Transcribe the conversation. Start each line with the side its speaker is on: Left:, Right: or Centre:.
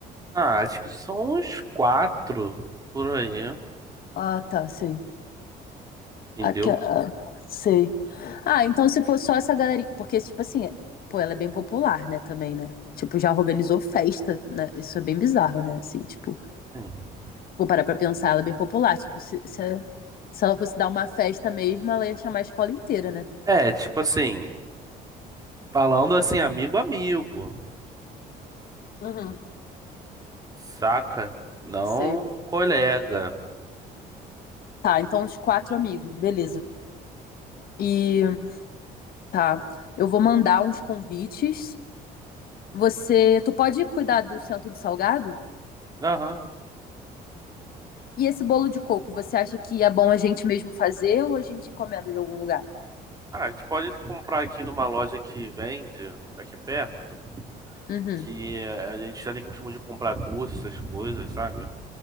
Right: Ah, acho que são uns quatro por aí,
Left: Ah, tá, sei.
Right: entendeu?
Left: Aque- ah, sei. Ah, então se for só essa galerinha. Porque, tipo assim, pô, ela é bem popular, né, também, né? Tipo, já organizou festa, né? Isso é bem bizarro, né? Assim, tipo.
Right: Sim.
Left: vou parar pra pensar, ela é bem popular. Tipo, se, se, se ela fosse dar uma festa mesmo, ela ia chamar a escola inteira, né?
Right: É, tipo assim, falando assim, amigo, amigo,
Left: Uhum,
Right: saca? Não
Left: sei.
Right: colega.
Left: Tá, então uns quatro amigos, beleza. E tá, eu vou mandar uns convites. Você, tu pode cuidar do centro de salgado?
Right: Aham.
Left: E esse bolo de coco, você acha que é bom a gente mesmo fazer ou a gente encomenda de algum lugar?
Right: Ah, a gente pode comprar aqui numa loja que vende, aqui perto.
Left: Uhum,
Right: que a gente já tem costume de comprar doce, essas coisas, sabe?